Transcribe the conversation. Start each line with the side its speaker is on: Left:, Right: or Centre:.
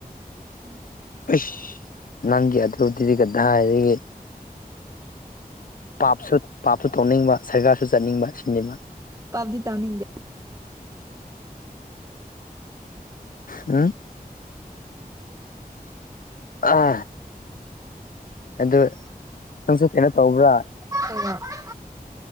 Right: ꯎꯝ
Left: ꯑꯩꯁ ꯅꯪꯒꯤ ꯑꯗꯨꯗꯨꯗꯤ ꯀꯗꯥꯏꯗꯒꯤ ꯄꯥꯞꯁꯨ ꯄꯥꯞꯁꯨ ꯇꯧꯅꯤꯡꯕ ꯁꯔꯒꯔꯁꯨ ꯆꯠꯅꯤꯡꯕ ꯁꯤꯅꯦꯕ
Right: ꯄꯥꯕꯗꯤ ꯇꯅꯤꯡꯗꯦ
Left: ꯎꯝ ꯑꯥ ꯑꯗꯨ ꯅꯪꯁꯨ ꯀꯩꯅꯣ ꯇꯧꯕ꯭ꯔꯥ
Right: <unintelligible>